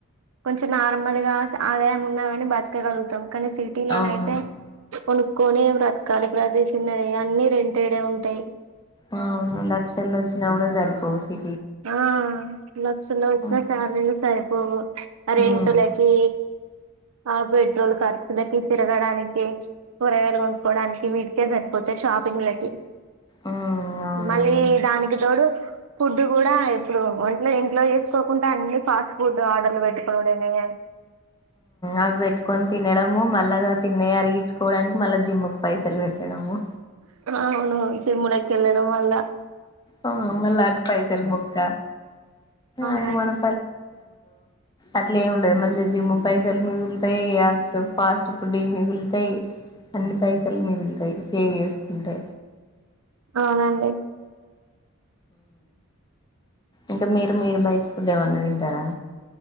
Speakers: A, on the right; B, on the left.
A: కొంచెం నార్మల్గా అదే ఏమున్నా కని బతకగలుగుతాం కానీ సిటీలోన
B: అవును
A: అయితే కొనుక్కొని బ్రతకాలి ప్రతి చిన్నది అన్ని రెంటేడే ఉంటాయి
B: అవును లక్షల్లో వచ్చిన కూడా సరిపోవు సి
A: ఆ లక్షలు వచ్చిన
B: అంతే
A: సాలరీలు సరిపోవు ఆ రెంటులకి
B: ఉమ్
A: ఆ పెట్రోల్ ఖర్చులకి తిరగడానికి కూరగాయలు కొనుకోడానికి వీటికే సరిపోతే షాప్ పింగ్లకి
B: ఉమ్ అవునండి
A: మళ్ళీ దానికి తోడు ఫు డ్డు కూడా ఇప్పుడు వంట్లో ఇంట్లో చేసుకోకుంట అన్ని ఫాస్ట్ ఫుడ్ ఆర్డర్లు పెట్టుకోవడేమేగ
B: అవి పెట్టుకొని తినడము మళ్ళా తిన్నయి అరిగించుకోవడానికి మళ్ళ జిమ్ కు పైసలు పెట్టడము
A: అవును జిమ్ములకి ఎల్లడం వల్ల
B: ఆ మళ్ళ అటు పైసలు బొక్క
A: అవునండి
B: అది మన అట్లేం ఉండదు మంచిగ జిమ్ పైసలు మిగులుతాయి ఫాస్ట్ ఫుడ్ యి మిగుల్తే తయి అన్ని పైసలు మిగులుతయి సేవ్ చేసుకుంటే
A: అవునండి
B: ఇంకా మీరు మీరు బయట ఫుడ్ ఏమన్న తింటరా